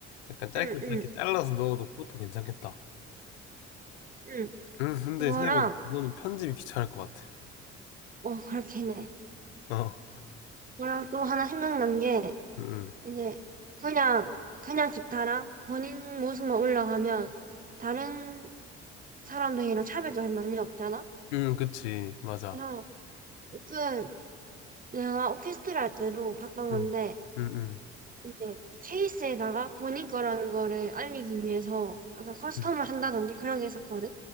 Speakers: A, on the left (about 65°); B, on the right (about 25°).
A: 약간 짧게
B: 응, 응.
A: 짧게 잘라서 넣어도 그것도 괜찮겠다.
B: 응,
A: 음, 근데
B: 그거랑,
A: 생각해보니까 그거는 편집이 귀찮을 것 같아.
B: 어, 그렇긴 해.
A: 어.
B: 그거랑 또 하나 생각난 게,
A: 음, 음,
B: 이제, 그냥, 그냥 기타랑 본인 모습만 올라가면, 다른 사람들이랑 차별점이 많이 없잖아?
A: 음, 그치. 맞아.
B: 그래서, 그, 내가 오케스트라 할 때도 봤던 건데,
A: 음, 음, 음.
B: 이제, 케이스에다가 본인 거라는 거를 알리기 위해서, 약간 커스텀을
A: 음.
B: 한다든지 그런 게 있었거든?